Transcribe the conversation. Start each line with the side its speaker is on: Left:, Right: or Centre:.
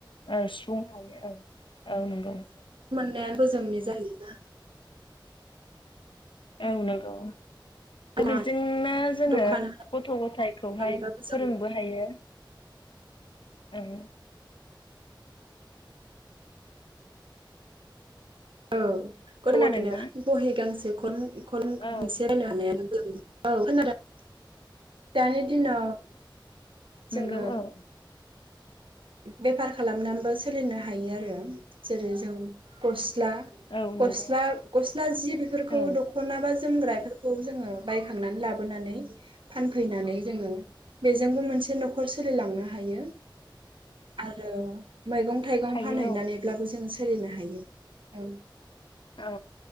Left: औ सुफुंनो हायो औ औ नंगौ
Right: जोंनि जायोना
Left: औ नंगौ
Right: दखान
Left: दा बेजोंनो जोङो
Right: दखान
Left: गथ' गथायखौहाय
Right: होनानैबाबो जों
Left: फोरोंबो हायो। ओं
Right: औ गथ'
Left: खोनादोंना?
Right: गथायनो बहि गांसे खन कलम
Left: औ
Right: मोनसे बायनोहानायानो औ खोनादों? दानि दिनाव जोङो
Left: नोंगौ औ
Right: बेफार खालामनानैबो सोलिनो हायो आरो जेरै जों खस ला
Left: औ नंगौ
Right: गस्ला गस्ला जि बेफोरखौ
Left: औ
Right: दखना बा जोमग्राफोरखौ जोङो बायखांनानै लाबोनानै फानफैनानै जोङो बेजोंबो मोनसे न'खर सोलिलांनो हायो। आरो मैगं थाइगं
Left: हायो
Right: फानहैनानैब्लाबो जोङो सोलिनो हायो। औ
Left: औ